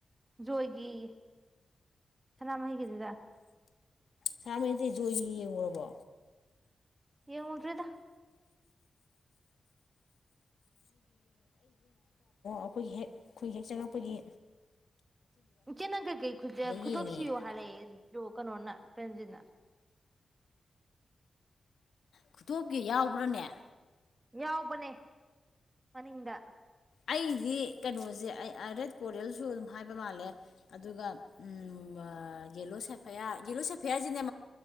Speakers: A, on the right; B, on the left.
A: ꯖꯣꯏꯒꯤꯌꯦ ꯁꯅꯃꯍꯤꯒꯤꯗꯨꯗ
B: ꯁꯅꯃꯍꯤꯗ ꯖꯣꯏꯒꯤꯒꯥ ꯌꯦꯡꯎꯔꯕꯣ
A: ꯌꯦꯡꯉꯨꯗꯔ꯭ꯦꯗꯥ
B: ꯑꯈꯣꯌꯒꯤ
A: ꯏꯆꯦ ꯅꯪ ꯀꯩꯀꯩ ꯈꯨꯗꯣꯞ
B: ꯌꯦꯡꯉꯦ
A: ꯁꯤꯌꯣ ꯍꯥꯏꯔꯛꯑꯦ ꯖꯣ ꯀꯩꯅꯣꯅ ꯄ꯭ꯔꯦꯝꯖꯤꯠꯅ
B: ꯈꯨꯗꯣꯞꯀꯤ ꯌꯥꯎꯕ꯭ꯔꯅꯦ
A: ꯌꯥꯎꯕꯅꯦ ꯃꯅꯤꯡꯗ
B: ꯑꯩꯗꯤ ꯀꯩꯅꯣꯖꯦ ꯑꯔꯦꯠ ꯀꯣꯔꯦꯜꯖꯨ ꯑꯗꯨꯝ ꯍꯥꯏꯕ ꯃꯥꯜꯂꯦ ꯑꯗꯨꯒ ꯎꯝ ꯑ ꯌꯦꯜꯂꯣ ꯁꯦꯐꯤꯌꯥꯔ ꯁꯦꯐꯤꯌꯥꯔ ꯁꯤꯗꯤꯅꯦ